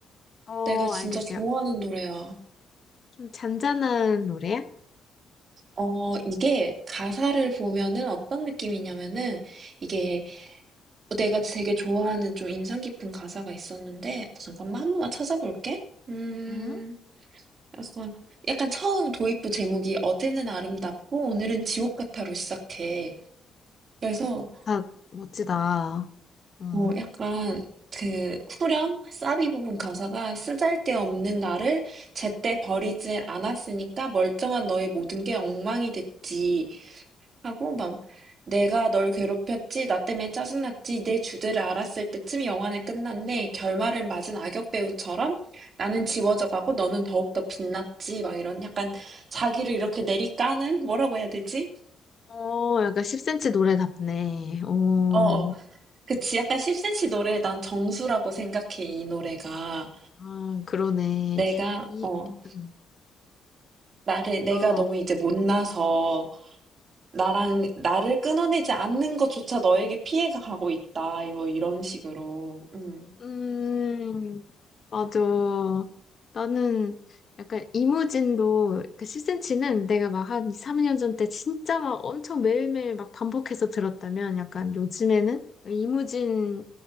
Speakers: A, on the left (about 45°); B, on the right (about 50°).
A: 어,
B: 내가 진짜
A: 알겠어요.
B: 좋아하는 노래야.
A: 좀 잔잔한 노래야?
B: 어, 이게 가사를 보면은 어떤 느낌이냐면은 이게 내가 되게 좋아하는 좀 인상 깊은 가사가 있었는데 잠깐만 한 번만 찾아볼게. 음.
A: 응?
B: 그래서 약간 처음 도입부 제목이 어제는 아름답고 오늘은 지옥 같아로 시작해. 그래서
A: 아, 멋지다. 응.
B: 어 약간 그 후렴 사비 부분 가사가 쓰잘데없는 나를 제때 버리질 않았으니까 멀쩡한 너의 모든 게 엉망이 됐지. 하고 막 내가 널 괴롭혔지, 나 때문에 짜증났지, 내 주제를 알았을 때쯤 영화는 끝났네. 결말을 맞은 악역 배우처럼 나는 지워져가고 너는 더욱더 빛났지. 막 이런 약간 자기를 이렇게 내리까는 뭐라고 해야 되지?
A: 어, 약간 10cm 노래답네. 어,
B: 어, 어. 그치. 약간 10cm 노래 난 정수라고 생각해, 이 노래가.
A: 아, 그러네.
B: 내가,
A: 이,
B: 어,
A: 음,
B: 나를, 내가
A: 어,
B: 너무 이제 못나서 나랑, 나를 끊어내지 않는 것조차 너에게 피해가 가고 있다. 뭐 이런 식으로. 음.
A: 음, 맞아. 나는 약간 이무진도 그 10cm는 내가 막 한 2, 3년 전 때 진짜 막 엄청 매일매일 막 반복해서 들었다면 약간 요즘에는 이무진